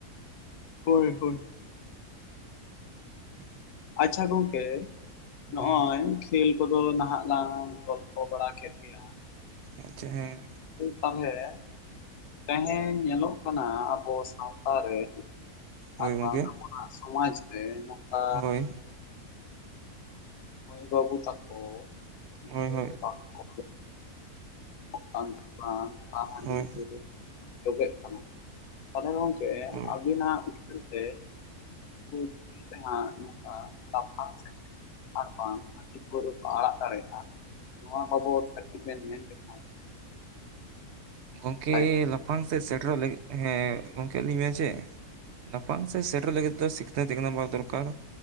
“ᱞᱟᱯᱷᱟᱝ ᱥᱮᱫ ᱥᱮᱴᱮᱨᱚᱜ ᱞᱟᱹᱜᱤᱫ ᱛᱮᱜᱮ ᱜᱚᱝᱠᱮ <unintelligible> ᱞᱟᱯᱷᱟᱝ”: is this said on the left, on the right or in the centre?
Right